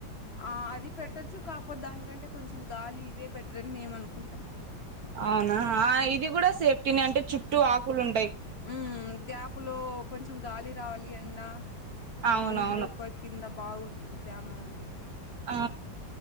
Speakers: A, on the left; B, on the right.
A: ఆ అది పెట్టొచ్చు కాకపోతే దానికంటే కొంచెం గాలి ఇదే బెటర్ అని మేము అనుకుంటాం
B: అవునా ఇది కూడా సేఫ్ తిని అంటే చుట్టూ ఆకులు ఉం
A: మ్ గ్యాప్ లో కొంచెం గాలి రావాలి ఎండ
B: అవునవును
A: నీళ్లు ప కింద బాగుంటుంది తేమ ఉండి
B: ఆ